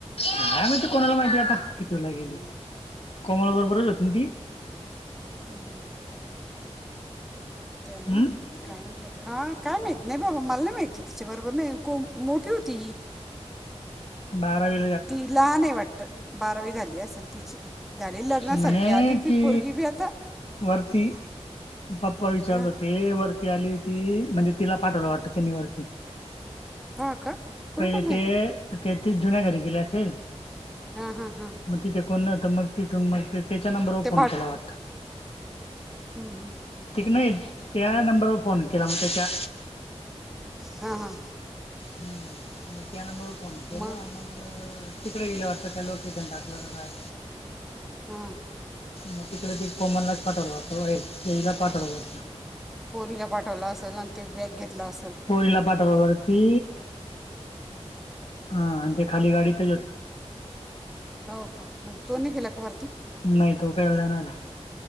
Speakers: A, on the left (about 60°); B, in the centre.
A: नाही माीतीू कोणाला माहितीय आता कि तूला गेली कोमल बरोबरच होतीन ती
B: हम्म ते आहे म्ह
A: हम्म
B: ना काय माहिती हा काय माहती नाही बाबा मला नाही माहिती तिच्या बरोबर नाही कोम मोठी होती
A: बाराज
B: तिला नाही वाटत बारावी झाली असेल तिची झाली लग्नासारखी
A: ते म्हणे
B: आली ती
A: की
B: पर्गी बी आता
A: वरती पप्पा विचारतात
B: ह
A: ते वरती आली ती म्हणजे तिला पाठवलं वाटतं त्यांनी वरती
B: हा का तुला
A: पहिले
B: कोण सांगितलं
A: ते ते तस जुन्या घरी गेले असेल
B: हा हा हा
A: मग तिथे कोण न होत मग तिथून मग त्याच्या नंबरवर
B: ते
A: फोन केला वाटत
B: हम हा
A: ठीक नाही त्या नंबरवर फोन केला मग त्याच्या
B: हा हा
A: हम्म त्या म त्या नंबर फोन केला
B: मग
A: आग तिकडे गेलं वाटतं काय लोकेशन टाकलं का काय
B: हा
A: मग तिकडे ते कोमललाच पाठवळत तेला पाठवळत
B: पोरीला पाठवला असेल आणि ते बग घेत असल
A: पोरीला पाठवलं वरती हा आणि ते खाली गाडी तर
B: हो का म्हणजे तोने केेला का वरती
A: नाही तू काय जाणार आहे